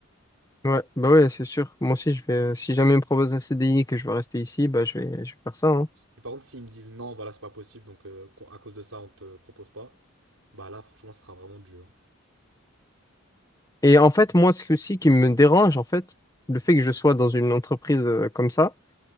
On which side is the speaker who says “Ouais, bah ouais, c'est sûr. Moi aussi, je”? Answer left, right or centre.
Left